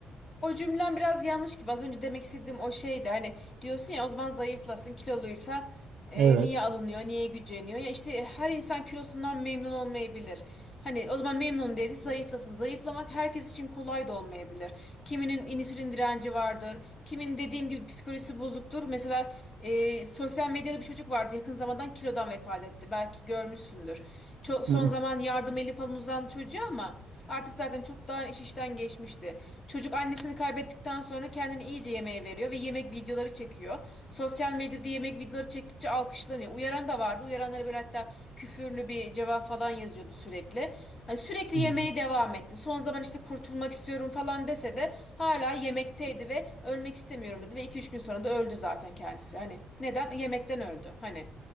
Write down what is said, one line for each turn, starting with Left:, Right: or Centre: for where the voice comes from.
Left: O cümlem biraz yanlış gibi. Az önce demek istediğim o şeydi. Hani diyorsun ya o zaman zayıflasın, kiloluysa e,
Right: Evet.
Left: niye alınıyor, niye güceniyor? Ya işte her insan kilosundan memnun olmayabilir. Hani o zaman memnun dedi zayıflasın. Zayıflamak herkes için kolay da olmayabilir. Kiminin insülin direnci vardır. Kimin dediğim gibi psikolojisi bozuktur. Mesela e, sosyal medyada bir çocuk vardı yakın zamandan kilodan vefat etti. Belki görmüşsündür. Ço- son
Right: Hı hı.
Left: zaman yardım eli falan uzan çocuğa ama artık zaten çok daha iş işten geçmişti. Çocuk annesini kaybettikten sonra kendini iyice yemeğe veriyor ve yemek videoları çekiyor. Sosyal medyada yemek videoları çektikçe alkışlanıyor. Uyaran da vardı. Uyaranlara böyle hatta küfürlü bir cevap falan yazıyordu sürekli. Hani sürekli
Right: Hı.
Left: yemeğe devam etti. Son zaman işte kurtulmak istiyorum falan dese de hala yemekteydi ve ölmek istemiyorum dedi ve iki üç gün sonra da öldü zaten kendisi. Hani neden? Yemekten öldü. Hani